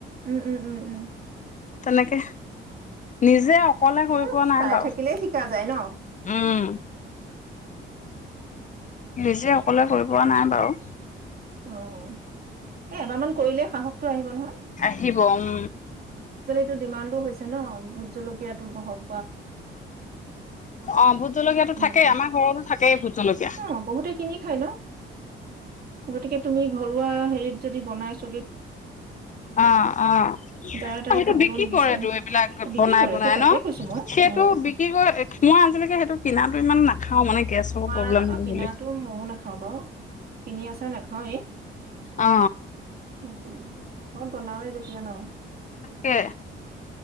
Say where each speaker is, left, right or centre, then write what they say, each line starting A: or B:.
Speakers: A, on the right (about 50°); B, on the left (about 40°).
A: উম-উম-উম-উম
B: তেনেকে নিজে অকলে কৰি
A: এ
B: পোৱা নাই
A: চাই
B: বাৰু
A: থাকিলে শিকা যায় ন?
B: উম নিজে সকোৱলে কৰি পোৱা নাই বাৰু।
A: অ এ এবাৰমান কৰিলে সাহসটো আহিব নহয়।
B: আহিব, উম।
A: টো ডিমাণ্ডো হৈছে ন? ভোট জলকীয়াাতো বহক
B: অ ভোট জলকীয়াাতটো
A: এনেকুৱা।
B: থাকেই, আমাৰ ঘৰতো থাকেই ভোট জলকীয়া।
A: অ', বহুতে কিনি খাই ন গতিকে তুমি ঘৰুৱা হেৰিত যদি বনাইছ
B: অ-অ অ সেইটো
A: যাৰে তাৰে খাবলৈও
B: বিক্ৰী
A: নিবিচাৰে
B: কৰে তো এইবিলাক
A: অ', বিক্ৰী
B: বনাই-বনাই
A: কৰে সেই তাকেই
B: ন?
A: কৈছো মই
B: সেইটো
A: উম।
B: বিক্ৰী কৰে মই আজিলৈকে সেইটো কিনাটো ইমান নাই খাওঁ মানে গেছৰ
A: তোমাৰ
B: প্ৰব্লেম হয়
A: কিনা
B: বুলি
A: ময়ো নাখাও বাৰু, কিনি আছাৰ নাখাও এই।
B: অ
A: সেইটো, ঘৰত বনাওৱে যদি ন <unintelligible>
B: তাকে।